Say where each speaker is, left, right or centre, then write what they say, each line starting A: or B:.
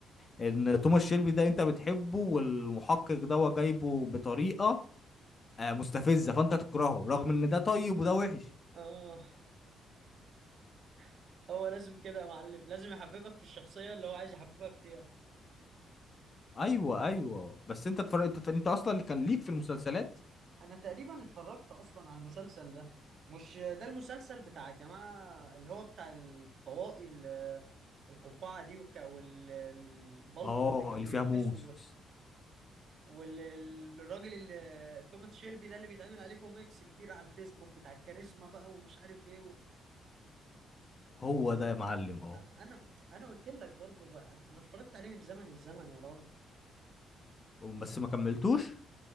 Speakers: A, on the left; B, on the right.
A: ان توماس شيلبي ده انت بتحبه والمحقق ده هو جايبه بطريقة آه، مستفزه فانت تكرهه رغم ان ده طيب وده وحش
B: اه <laughs> هو لازم كده يا معلم لازم يحببك في الشخصية اللي هو عايز يحببك فيها
A: ايوه ايوه بس انت تفرق انت, انت اصلا اللي كان ليك في المسلسلات
B: انا تقريبا اتفرجت اصلا على المسلسل ده مش ده المسلسل بتاع الجماعة اللي هو بتاع الطواقي ال- القبعة دي والك- والبلطو
A: اه
B: اللي كان
A: اللي
B: بيلبسه
A: فيها موس
B: وال- والراجل اللي توماس شيلبي ده اللي بيتعمل عليه كوميكس كتير على الفيسبوك بتاع الكاريزما بقى ومش عارف ايه
A: هو ده يا معلم اه
B: انا انا قلت لك برضو بقى انا اتفرجت عليه من زمن الزمن يا راجل
A: بس ما كملتوش